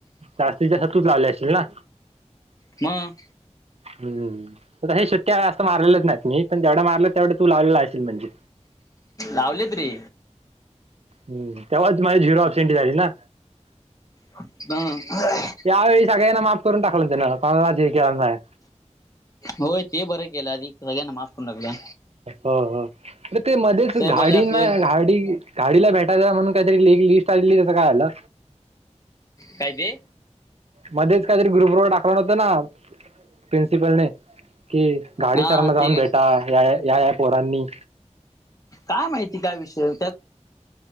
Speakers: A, on the right; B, on the left.
A: जास्तीत जास्त तूच लावले असतील ना?
B: म..
A: हम्म.. हे शिट्ट्या जास्त मारलेलेच नाहीत. मी पण जेवढ्या मारलं तेवढा तू लावलेला अशील, म्हणजे
B: लावलेत रे
A: हम्.. तेव्हाच माझी झिरो अपसेन्टी झाली ना?
B: ह्म्म्म.. हा..
A: त्यावेळी सगळ्यांना माफ करून टाकलंन त्यानं कोणाला जे केल्यानं नाय.
B: होय ते बरं केलं आधीक सगळ्यांना माफ करून टाकलं.
A: हो हो अरे ते मध्येच
B: साहेब
A: घाडी
B: आले असेल
A: नाय घाडी. घाडीला भेटायचाय म्हणून काईतरी एक ली लिस्ट आलेली त्याच काय आलं?
B: काय ते?
A: मध्येच कायतरी ग्रुप वर टाकलन होत ना प्रिन्सिपलने, कि घाडी
B: हा
A: सरांना जाऊन
B: ते
A: भेटा
B: काय
A: या या या या पोरांनी.
B: काय माहिती काय विषय न त्यात